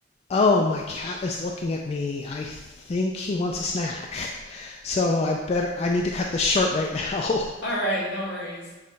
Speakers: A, on the left; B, on the left.
A: Oh, my cat is looking at me. I think he wants a snack. So I better I need to cut this short right <laughs> now.
B: All right, no worries.